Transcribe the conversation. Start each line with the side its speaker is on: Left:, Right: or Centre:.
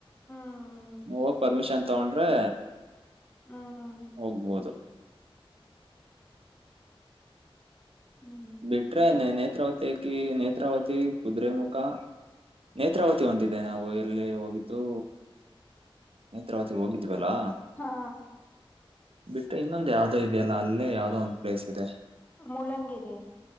Left: ಹ್ಮ್
Right: ಹೋಗಿ ಪರ್ಮಿಷನ್ ತಗೊಂಡ್ರೆ
Left: ಹ್ಮ್
Right: ಹೋಗ್ಬೋದು
Left: ಹ್ಮ್
Right: ಬಿಟ್ರೆನೆ
Left: ಚ
Right: ನೇತ್ರಾವತಿ ಕ ನೇತ್ರಾವತಿ ಕುುದ್ರೆ ಮುುಖ ನೇತ್ರಾವತಿ ಹೊಂದಿದೆ ನಾವು ಎಲ್ಲಿ ಹೋಗಿದ್ದು ನೇತ್ರಾವತಿ ಹೋಗಿದ್ವಲ್ಲಾ
Left: ಹಾ
Right: ಬಿಟ್ರೆ ಇನ್ನೊಂದ ಯಾವವುದೋ ಇದೆಯಲ್ಲ ಅಲ್ಲೇ ಯಾವವುದೋ ಒಂದು ಪ್ಲೇಸ್ ಇದೆ
Left: ಮುಲಂಗಿರಿ